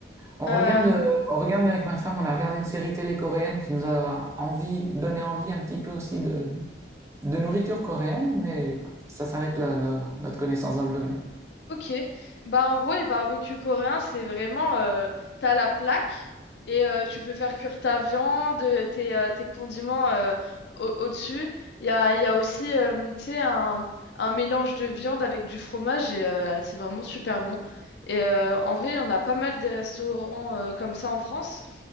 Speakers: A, on the right (about 15°); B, on the left (about 70°).
A: On
B: Euh,
A: regarde, euh, on regarde avec ma femme, on a regardé une série télé coréenne qui nous a envie, donné envie un petit peu aussi de, de nourriture coréenne, mais ça s'arrête là, no- notre connaissance dans le domaine.
B: Ok, bah en gros les barbecues coréens c'est vraiment euh, t'as la plaque et euh, tu peux faire cuire ta viande, tes, euh, tes condiments euh, au- au-dessus. Il y a, il y a aussi euh, tu sais un, un mélange de viande avec du fromage et euh, c'est vraiment super bon. Et euh, en vrai il y en a pas mal des restaurants euh, comme ça en France.